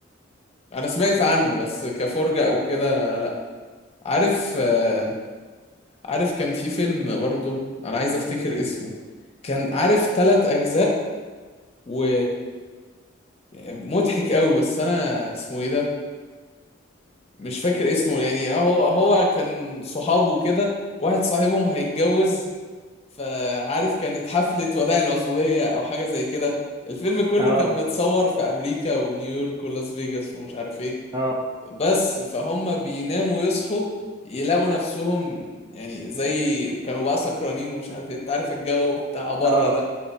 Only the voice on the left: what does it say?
انا سمعت عنه بس كفرجة او كده لا عارف آه، عارف كان في فيلم برضو انا عايز افتكر اسمه كان عارف تلات اجزاء و مضحك قوي بس انا اسمه ايه ده مش فاكر اسمه يعني هو هو كان صحابه كده واحد صاحبهم هيتجوز فعارف كانت حفلة وداع العزوبية أو حاجة زي كده الفيلم كله
كان متصور في أمريكا ونيويورك ولاس فيجاس ومش عارف ايه
بس فهم بيناموا يصحوا يلاقوا نفسهم يعني زي كانوا بقى سكرانين ومش عارف ايه انت عارف الجو بتاع بره
ده